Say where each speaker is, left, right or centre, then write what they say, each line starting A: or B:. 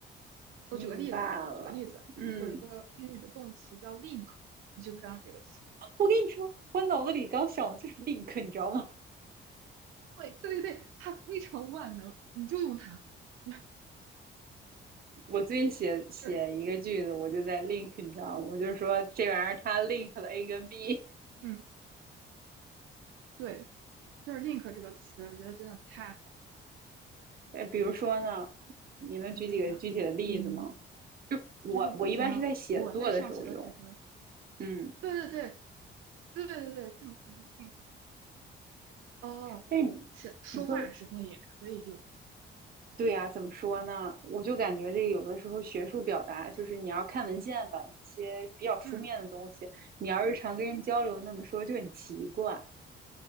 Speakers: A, on the right (about 50°); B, on the right (about 85°).
A: 明白了。
B: 我举个例子，举个例子，
A: 嗯。
B: 有一个英语的动词叫 link，你知不知道这个词？
A: 我跟你说，我脑子里刚想的就是 link，你知道吗？
B: 对对对，它非常万能，你就用它。<laughs>
A: <laughs> 我最近写写一个句子，
B: 就是
A: 我就在 link，你知道吗？我就说这玩意儿它 link 了 A 跟 B。
B: 嗯，对，就是 link 这个词，我觉得真的太好了
A: <laughs> 呃，比如说呢，你能举几个具体的例子吗？
B: 我想想，嗯，
A: 我我一般是在写作的时候用，
B: 就是之前我在上学的时候，
A: 嗯，
B: 对对对对对对，这种什么 link，哦，
A: 但是你你说
B: 是说话时候也可以用。
A: 对呀、怎么说呢？我就感觉这有的时候学术表达就是你要看文献吧，那些比较书面的东西，
B: 嗯，
A: 你要日常跟人交流那么说就很奇怪啊。